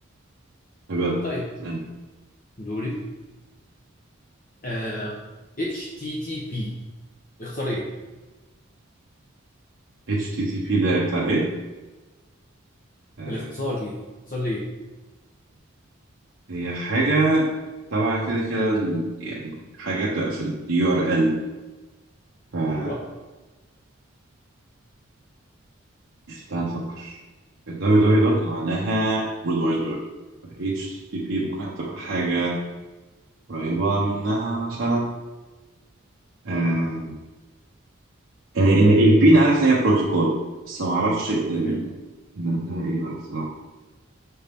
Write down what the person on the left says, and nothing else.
طيب
دوري آه اتش تي تي بي اختار ايه
الاختصار ايه اختصار ليه
ايوه
تمام